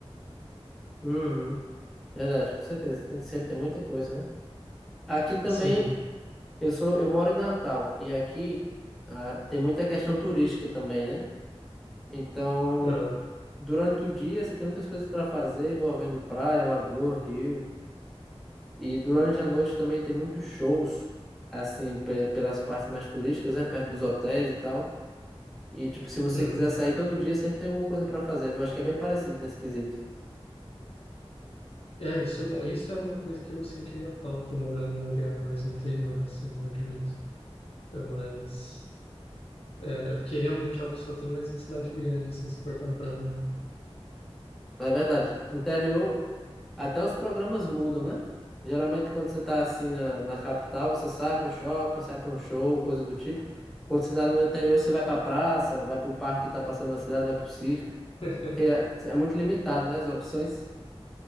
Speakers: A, in the centre; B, on the left (about 65°).
A: Uhum. Verdade, com certeza. Tem- Sempre tem muita coisa, né? Aqui também,
B: Sim.
A: eu sou, eu moro em Natal, e aqui ah, tem muita questão turística também, né? Então,
B: aham,
A: durante o dia, você tem muitas coisas para fazer envolvendo praia, lagoa, rio. E durante a noite também tem muitos shows, assim, pe- pelas partes mais turísticas, né? Perto dos hotéis e tal. E, tipo, se você
B: uhum.
A: quiser sair todo dia, sempre tem alguma coisa pra fazer. Eu acho que é bem parecido nesse quesito.
B: É, isso é bom. Isso é uma coisa que eu sentiria falta morando num lugar mais no interior, assim, eu admito. É, Mas, é, porque realmente é algo que só tem mais em cidade grande, assim, se for parar pra ver, né?
A: Mas é verdade. Interior, até os programas mudam, né? Geralmente, quando você tá assim na, na capital, você sai pro shopping, sai pra um show, coisa do tipo. Quando você tá no interior, você vai pra praça, vai pro parque que tá passando na cidade, vai pro circo.
B: <laughs>
A: Que É, é muito limitado, né? As opções.